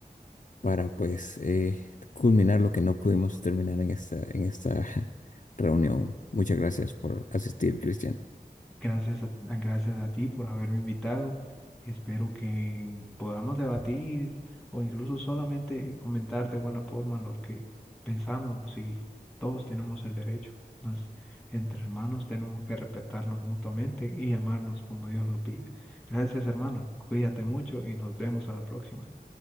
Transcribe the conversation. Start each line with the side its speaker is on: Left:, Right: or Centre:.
Left: para pues eh, culminar lo que no pudimos terminar en esta, en esta <laughs> reunión. Muchas gracias por asistir, Cristian.
Centre: Gracias a, gracias a ti por haberme invitado. Espero que podamos debatir o incluso solamente comentar de buena forma lo que pensamos y todos tenemos el derecho. Mas entre hermanos tenemos que respetarnos mutuamente y amarnos como Dios lo pide. Gracias, hermano. Cuídate mucho y nos vemos a la próxima.